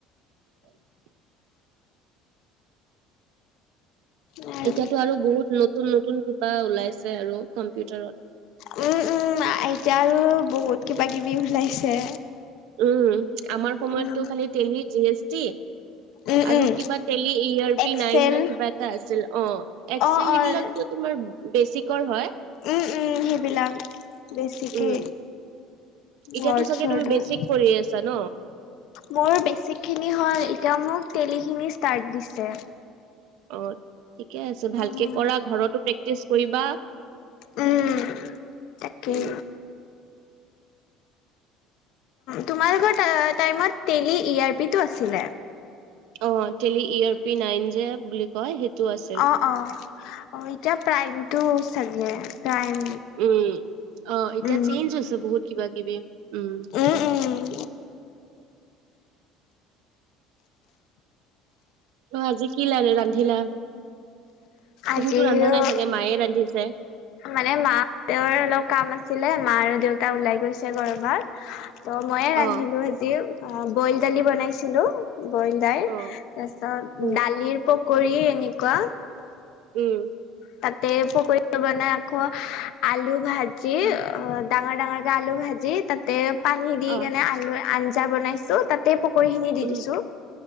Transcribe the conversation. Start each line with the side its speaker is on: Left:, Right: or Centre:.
Right: হয়।
Left: উম।
Right: এতিয়াতো আৰু বহুত নতুন, নতুন কিবা ওলাইছে আৰু কম্পিউটাৰত।
Left: উম, উম, উম এতিয়া আৰু বহুত কিবা কিবি ওলাইছে।
Right: উম আমাৰ সময়ততো
Left: উম,
Right: খালি টেলি, জি এছ টি।
Left: উম,
Right: আৰু
Left: উম,
Right: কিবা Tally ERP
Left: Excel
Right: nine ন কিবা এটা আছিল অ এক্সেল
Left: অ',
Right: সেইবিলাকো
Left: অ'।
Right: তোমাৰ বেছিকৰ হয়।
Left: উম, উম সেইবিলাক বেছিকে
Right: উম। এতিয়াতো
Left: ৱৰ্ড
Right: চাগে
Left: চৰ্ডৰ
Right: তুমি বেছিক কৰি আছা ন।
Left: মোৰ বেছিক খিনি হল এতিয়া মোক তেলিখিনি ষ্টাৰট দিছে।
Right: অ', ঠিকে আছে ভালকে
Left: উম
Right: কৰা ঘৰতো প্ৰেক্টিচ কৰিবা।
Left: উম, তাকেই।
Right: উম,
Left: তোমালোকৰ টাইমত তেলি ই আৰ পি টো আছিলে।
Right: অ', টেলি ইয়ৰ পি নাইন যে বুলি কয় সেইটো আছিল।
Left: অ', অ', অ', এতিয়া প্ৰাইমটো চাগে প্ৰাইম
Right: উম, অ এতিয়া
Left: উম
Right: চেইঞ্জ হৈছে বহুত কিবা কিবি উম।
Left: উম, উম
Right: অ', আজি কি ল ৰান্ধিলা তুমিতো
Left: আজিও
Right: ৰান্ধা নাই চাগে মায়ে ৰান্ধিছে।
Left: মানে মা দেৰ অলপ কাম আছিলে মা আৰু দেউতা ওলাই গৈছে কৰ'বাত ত' মইয়ে
Right: অ'।
Left: ৰান্ধিলো আজি অ', বইল দালি বনাইছিলোঁ। বইল দাল
Right: অ'
Left: তাৰপিছত
Right: উম,
Left: দালিৰ পকৰি এনেকুৱা
Right: উম।
Left: তাতে পকী বনাই আকৌ আলু ভাজি
Right: উম।
Left: অ' ডাঙৰ ডাঙৰকে আলু ভাজি তাতে পানী দি
Right: অ'
Left: কেনে আলু আঞ্জা বনাইছোঁ তাত তাতেই পকৰী খিনি দি
Right: উম,
Left: দিছোঁ।